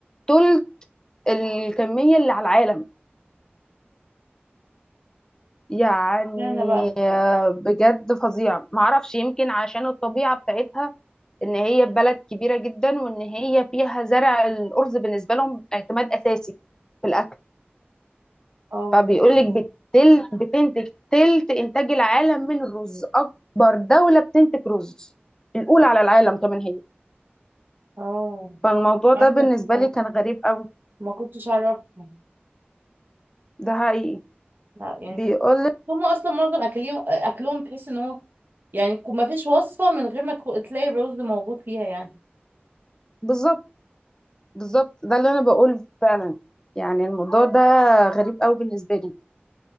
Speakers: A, on the left (about 20°); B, on the right (about 55°).
A: تلت الكمية اللي على العالم يعني
B: اشمعنى بقى
A: آه، بجد فظيعة معرفش يمكن عشان الطبيعة بتاعتها ان هي بلد كبيرة جدا وان هي فيها زرع الأرز بالنسبة لهم اعتماد أساسي في الأكل
B: اه
A: فبيقولك بتل بتنتج تلت إنتاج العالم من الرز أكبر دولة بتنتج رز الأولى على العالم كمان هي
B: اه
A: فالموضوع
B: معلومة
A: ده بالنسبة
B: جديدة
A: لي كان غريب قوي
B: ما كنتش أعرفها
A: ده حقيقي
B: لا يعني
A: بيقولك
B: كده. هم أصلا معظم أكلهم أكلهم تحس إن هو يعني ما فيش وصفة من غير ما تخ- تلاقي الرز موجود فيها يعني
A: بالظبط بالظبط ده اللي أنا بقول فعلا يعني الموضوع ده غريب قوي بالنسبة لي